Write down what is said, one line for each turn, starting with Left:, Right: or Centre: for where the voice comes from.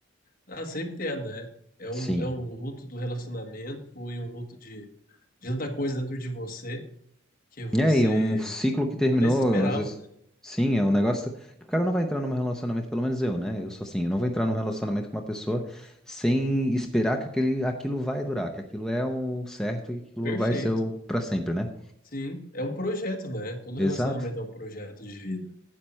Left: Ah, sempre é, né? É um,
Centre: Sim.
Left: é um luto do relacionamento e um luto de, de tanta coisa dentro de você que você
Centre: É, E aí, um ciclo que terminou,
Left: até esperava,
Centre: às vezes,
Left: né?
Centre: sim, é um negócio que o cara não vai entrar num relacionamento, pelo menos eu, né? Eu sou assim, eu não vou entrar num relacionamento com uma pessoa sem esperar que aquele, aquilo vai durar, que aquilo é o certo e aquilo
Left: Perfeito.
Centre: vai ser o pra sempre, né?
Left: Sim, é um projeto, né? Todo
Centre: Exato,
Left: relacionamento é um projeto de vida.